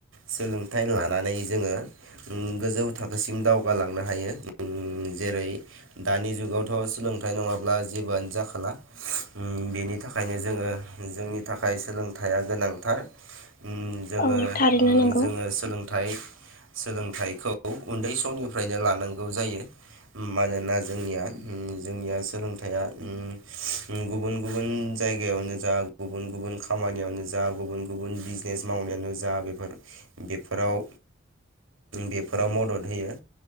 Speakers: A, on the right (about 80°); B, on the left (about 45°).
A: सोलोंथाइ लानानै जोंङो ओ गोजौ थाखोसिम दावगालांनो हायो जेरै दानि जुगाव थ' सोलोंथाइ नङाब्ला जेबोआनो जाखाला ओम बेनि थाखायनो जोङो जोंनि थाखाय सोलोंथाइया गोनांथार ओम जोङो
B: औ थारैनो
A: ओम
B: नंगौ
A: जोङो सोलोंथाइ सोलोंथाइखौ औ उन्दै समनिफ्रायनो लानांगौ जायो मानोना जोंनिया ओम जोंनिया सोलोंथाइया ओम ओम गुबुन गुबुन जायगायावनो जा गुबुन गुबुन खामानियावनो जा गुबुन गुबुन बिजनेस मावनायावानो जा बेफोर बेफोराव बेफोराव मदद होयो